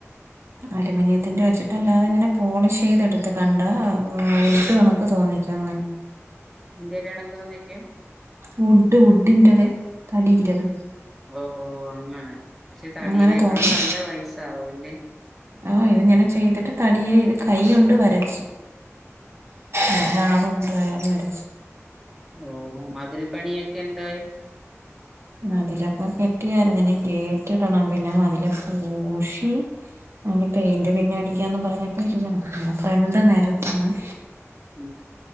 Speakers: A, on the right; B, in the centre.
A: അലൂമിനിയത്തിന്റെ വെച്ചിട്ട് അല്ലാതെ ഇങ്ങനെ പോളിഷ് ചെയ്ത് ഇടുത്ത് കണ്ടോൽ വലുത് കണക്ക്. തോന്നിക്കും അങ്ങനെ.
B: നിന്റെ ഒരു കണക്ക് തോന്നിക്കും.
A: വുഡ് വുഡിന്റേത് തടിന്റേത്.
B: ഓഹ് ഓഹ് അങ്ങനെ പക്ഷെ തടിയൊക്കെ
A: അങ്ങനെ തോന്നിക്കും
B: ആകുമ്പോ നല്ല പൈസാവുല്ലേ.
A: ആഹ് ഇത് ഇങ്ങനെ ചെയ്തിട്ട് തടിയെ ഇത് കൈ കൊണ്ട് വരച്ചു. അയിന് ആളുണ്ട് അയാൾ വരച്ചു.
B: ഓഹ് മതിൽ പണിയൊക്കെ എന്തായി?
A: മതിലൊക്കെ കെട്ടിയായിരുന്നു ഇനി ഗേറ്റ് ഇടണം പിന്നെ മതില് പൂഷി. ഇനി പെയിന്റ് പിന്നെ അടിക്കാന് പറഞ്ഞിട്ട് ഇരുക്കേണ് ഫ്രണ്ട് നേരത്തണം.
B: ഉം